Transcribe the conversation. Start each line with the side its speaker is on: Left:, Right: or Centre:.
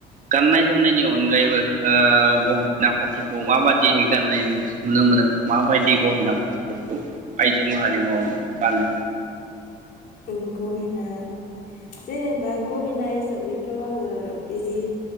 Right: गाननाय जोमनायनि अनगायैबो ओ गहेना पाथिखौ माबादिहै गाननाय नुनो मोनो माबायदि गहेना पाथिफोरखौ। आयजो माहारि मावोन गानो।
Left: ओम गहेना जेनेबा गहेना हिसाबैथ' आंङो इजि